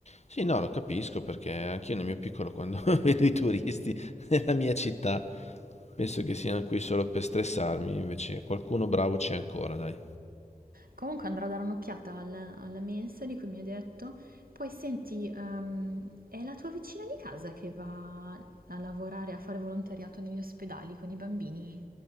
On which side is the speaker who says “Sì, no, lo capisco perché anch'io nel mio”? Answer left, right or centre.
Left